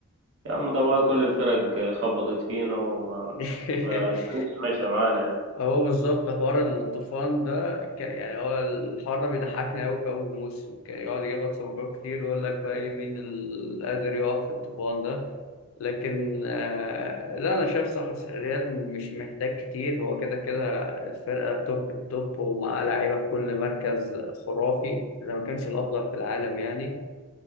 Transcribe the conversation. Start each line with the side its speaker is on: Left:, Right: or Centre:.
Right: يا عم ده بقى كل الفرق آه، خبطت فينا وما
Left: <laughs>
Right: ما كانتش ماشية معانا يعني.
Left: هو بالظبط حوار الطوفان ده ك... يعني هو الحوار ده بيضحكني أوي في أول موسم كان يقعد يجيب لك صفقات كتير ويقول لك بقى إيه مين اللي قادر يقف في الطوفان ده لكن آه لا أنا شايف صح الريال مش محتاج كتير هو كده كده الفرقة توب التوب ومعاه لعيبة في كل مركز خرافي إذا ما كانش الأفضل في العالم يعني